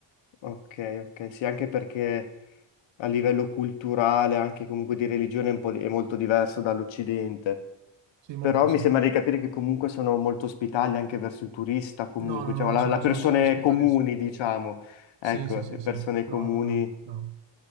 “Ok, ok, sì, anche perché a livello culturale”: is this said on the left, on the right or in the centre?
Left